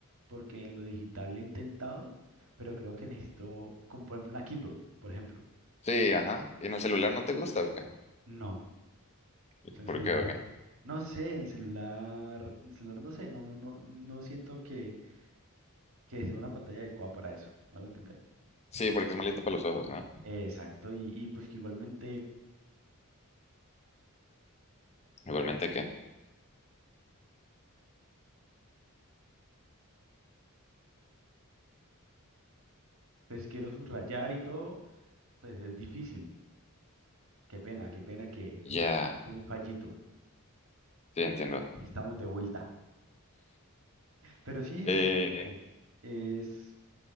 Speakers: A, on the right; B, on the left.
A: porque en lo digital he intentado, pero creo que necesito, como por ejemplo una Kindle, por ejemplo.
B: Sí, ajá. ¿Y en el celular no te gusta o qué?
A: No, en
B: ¿Por
A: celular.
B: qué o qué?
A: No sé, en celular, en celular no sé, no, no, no siento que, que sea una pantalla adecuada para eso. ¿Me hago entender?
B: Sí, porque es malito para los ojos, ¿no?
A: Exacto, y, y pues que igualmente,
B: Igualmente, ¿qué?
A: entonces si quiero subrayar y todo. Pues es difícil. Qué pena, qué pena que
B: Ya,
A: fue un fallito.
B: sí, entiendo.
A: Estamos de vuelta. Pero sí,
B: Eh,
A: o sea, es, es-